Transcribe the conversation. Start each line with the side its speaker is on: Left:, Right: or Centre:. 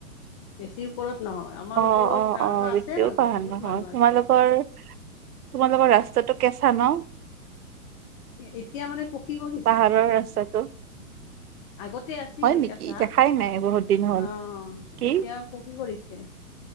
Left: বেছি ওপৰত নহয়। আমাৰ
Right: অঁ
Left: ওপৰত
Right: অঁ অঁ
Left: আৰু আছে
Right: বেছিও
Left: মানুহ
Right: পাহাৰ
Left: বহুত
Right: নহয়
Left: মানুহ আছে
Right: তোমালোকৰ তোমালোকৰ ৰাস্তাটো কেঁচা ন
Left: এতিয়া মানে পকী কৰিছে
Right: পাহাৰৰ ৰাস্তাটো।
Left: আগতে আছিল
Right: হয় নেকি
Left: কেঁচা
Right: দেখাই
Left: অহ
Right: নাই বহুত দিন হ'ল কি
Left: এতিয়া পকী কৰিছে।